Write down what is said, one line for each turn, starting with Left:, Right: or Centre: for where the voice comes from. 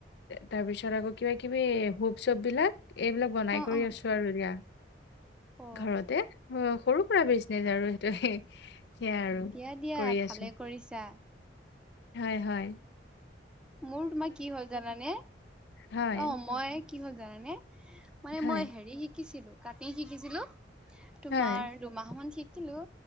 Left: তাৰ পিছত আকৌ কিবা কিবি হোব চপ বিলাক এইবিলাক বনাই
Centre: অ
Left: কৰি
Centre: অ
Left: আছো আৰু দিয়া,
Centre: অ
Left: ঘৰতে অ সৰু পুৰা বিজনেছ আৰু সেইটো সেয়া আৰু
Centre: দিয়া দিয়া
Left: কৰি
Centre: ভালে
Left: আছোঁ।
Centre: কৰিছা
Left: হয়-হয়।
Centre: মোৰ তোমাৰ কি হ'ল জানানে
Left: হয়
Centre: অ' মই কি হ'ল জানানে মানে
Left: হয়
Centre: মই হেৰি শিকিছিলো কাটিং শিকিছিলো তোমাৰ
Left: হয়
Centre: দুমাহ মান শিকিলো